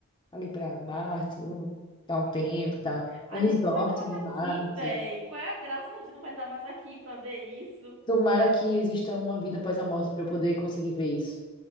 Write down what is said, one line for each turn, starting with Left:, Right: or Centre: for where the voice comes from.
Left: ali pra Marte, vou dar um tempo e tal.
Right: a
Left: Um resort
Right: gente não vai estar mais
Left: em
Right: aqui,
Left: Marte.
Right: véi. Qual é a graça? A gente não vai estar mais aqui pra ver isso.
Left: Tomara que exista uma vida após a morte pra eu poder conseguir ver isso.